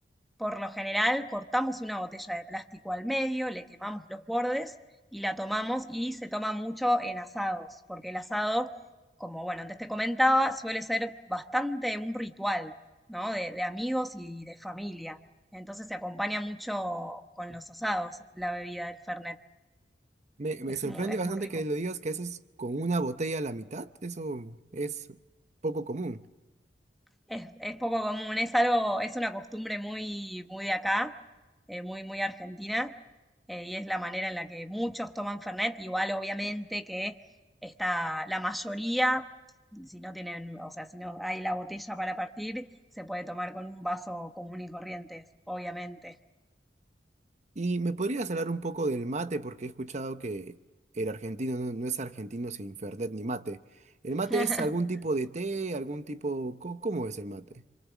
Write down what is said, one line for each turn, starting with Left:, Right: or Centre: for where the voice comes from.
Centre: por lo general, cortamos una botella de plástico al medio, le quemamos los bordes y la tomamos y se toma mucho en asados, porque el asado, como bueno, antes te comentaba, suele ser bastante un ritual, ¿no? De, de amigos y de familia. Entonces se acompaña mucho con los asados la bebida del Fernet.
Right: Me, me
Centre: Es
Right: sorprende
Centre: muy, es
Right: bastante
Centre: muy rico.
Right: que lo digas que haces con una botella a la mitad. Eso es poco común.
Centre: Es, es poco común, es algo, es una costumbre muy, muy de acá, eh, muy, muy argentina, eh, y es la manera en la que muchos toman Fernet, igual obviamente que está la mayoría, si no tienen, o sea, si no hay la botella para partir, se puede tomar con un vaso común y corriente, obviamente.
Right: ¿Y me podrías hablar un poco del mate? Porque he escuchado que el argentino no, no es argentino sin Fernet ni mate. ¿El mate
Centre: <laughs>
Right: es algún tipo de té, algún tipo... co- ¿Cómo es el mate?